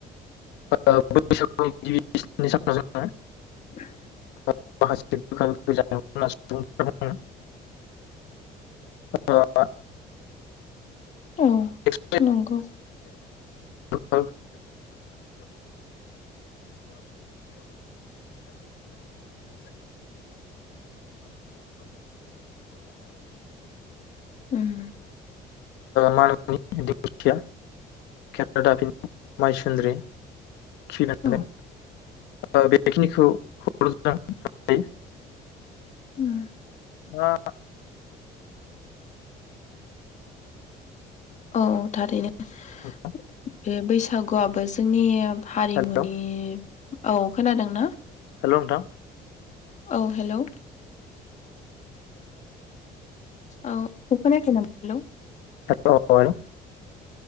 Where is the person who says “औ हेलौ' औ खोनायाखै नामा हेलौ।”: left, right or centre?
Left